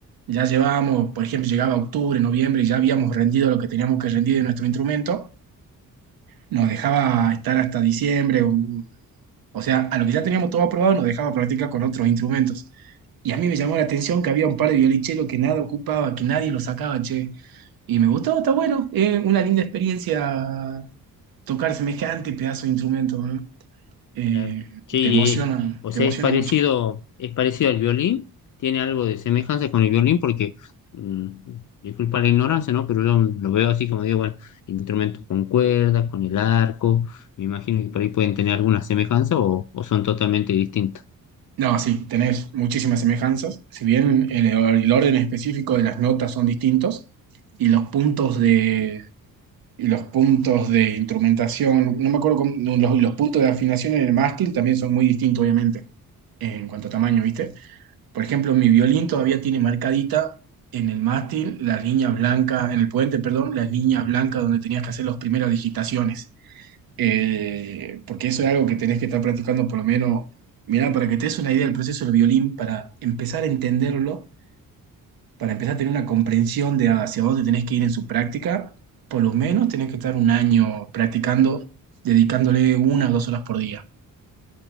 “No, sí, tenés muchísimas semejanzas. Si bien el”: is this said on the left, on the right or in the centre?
Right